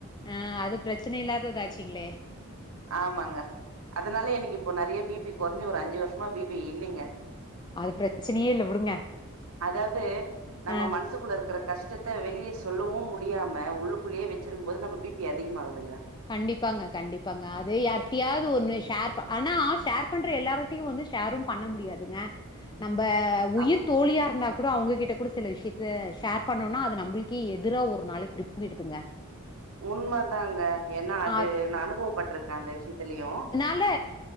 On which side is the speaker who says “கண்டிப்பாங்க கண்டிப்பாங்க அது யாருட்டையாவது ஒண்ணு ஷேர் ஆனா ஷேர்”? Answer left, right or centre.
Left